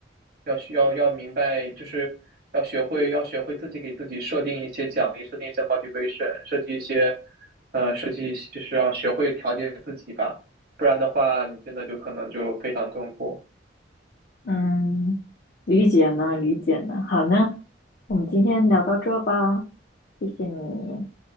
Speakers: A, on the right; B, on the left.
A: 要需要要明白，就是要学会要学会自己给自己设定一些奖励，设定一些 motivation，设计一些呃设计一些就是要学会调节自己吧，不然的话，你真的就可能就非常痛苦。
B: 嗯，理解呢，理解呢。好呢，我们今天聊到这吧，谢谢你，